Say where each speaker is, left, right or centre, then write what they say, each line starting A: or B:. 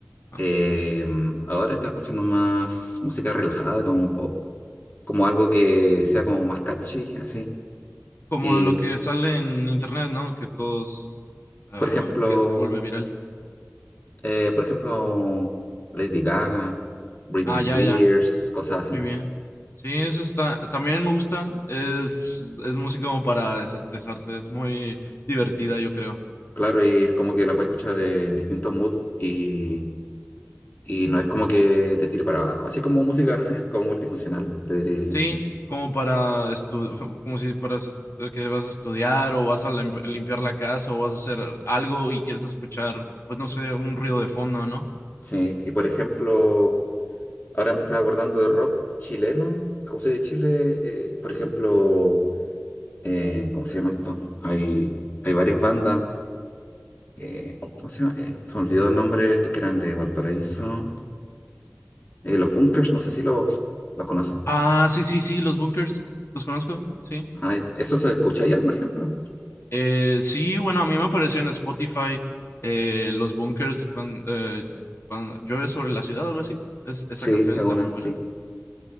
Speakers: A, on the left; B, on the left.
A: Ajá.
B: Eh, ahora está escuchando más música relajada, como pop, como algo que sea como más catchy, así.
A: Como
B: Y,
A: lo que sale en internet, ¿no? Que todos, ah,
B: por ejemplo,
A: que se vuelve viral.
B: eh, por ejemplo, Lady Gaga, Britney
A: Ah,
B: Spears,
A: ya, ya,
B: cosas así.
A: muy bien. Sí, eso está, también me gusta. Es, es música como para desestresarse, es muy divertida, yo creo.
B: Claro, y es como que la puedes escuchar en distintos moods y, y no es como que te tire para abajo. Así como música <laughs> como multifuncional, le diría
A: Sí,
B: yo.
A: como para estu- como si para es- eh, que vas a estudiar o vas a lim- limpiar la casa o vas a hacer algo y quieres escuchar, pues no sé, un ruido de fondo, ¿no?
B: Sí, y por ejemplo, ahora me estaba acordando de rock chileno. Como soy de Chile, eh, por ejemplo. eh, ¿cómo se llama esto? Hay, hay varias bandas. eh, ¿cómo se llama? Eh, se me olvidó el nombre estos que eran de Valparaíso. Eh, los Bunkers, no sé si los, los conocen.
A: Ah, sí, sí, sí, los bunkers, los conozco, sí.
B: Ah, ya. ¿eso se escucha allá, por ejemplo?
A: Eh, sí, bueno, a mí me apareció en Spotify eh, los bunkers cuando, eh, cuando llueve sobre la ciudad o algo así. Es- esa
B: Sí,
A: canción
B: es
A: está
B: una,
A: muy buena.
B: sí.